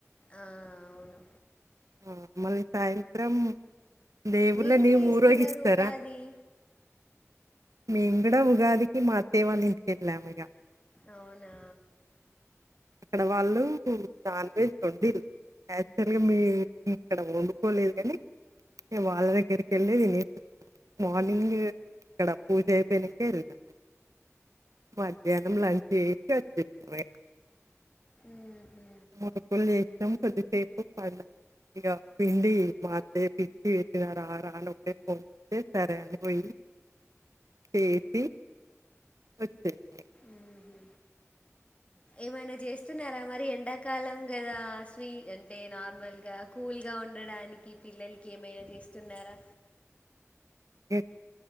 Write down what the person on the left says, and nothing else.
ఆ! అవును.
మీరెట్లా చేసుకున్నారు
ఉగాది?
అవునా
ఉహు
ఉహు ఏమైనా చేస్ తుస్తున్నారా మరి ఎండాకాలం కదా స్వీట్ అంటే నార్మల్గా కూల్ గా ఉండడానికి పిల్లలకి ఏమైనా చేస్తున్నారా